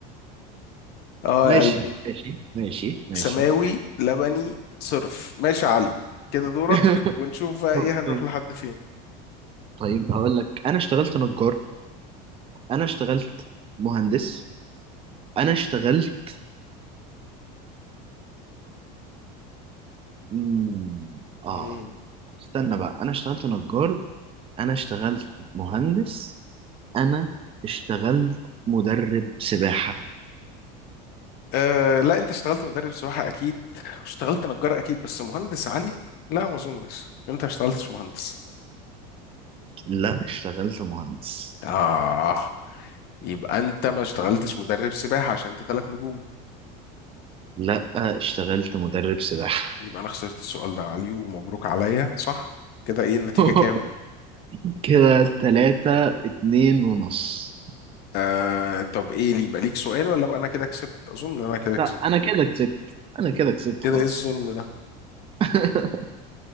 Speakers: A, on the left (about 50°); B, on the right (about 25°).
A: اه
B: ماشي
A: يا قلبي
B: ماشي ماشي ماشي
A: سماوي لبني صرف ماشي يا علي كده دورك
B: <laughs>
A: ونشوف بقى إيه هنروح
B: طيب
A: لحد فين
B: طيب، هقول لك انا اشتغلت نجار انا اشتغلت مهندس انا اشتغلت مم، اه
A: مم.
B: استنى بقى انا اشتغلت نجار انا اشتغلت مهندس انا اشتغلت مدرب سباحة
A: آه لا أنت اشتغلت مدرب سباحة أكيد واشتغلت نجار أكيد بس مهندس يا علي لا ما أظنش أنت ما اشتغلتش مهندس
B: لا اشتغلت مهندس
A: آه يبقى انت ما اشتغلتش مدرب سباحة عشان انت ثلاث نجوم
B: لا اشتغلت مدرب سباحة
A: يبقى انا خسرت السؤال ده يا علي ومبروك عليا صح كده ايه النتيجة
B: <laughs>
A: كام
B: كده تلاتة اتنين ونص
A: آه طب ايه اللي يبقى ليك سؤال ولا بقى انا كده كسبت اظن انا كده
B: لا
A: كسبت
B: أنا كده كسبت أنا كده كسبت
A: كده
B: خلاص
A: ايه الظلم ده
B: <laughs>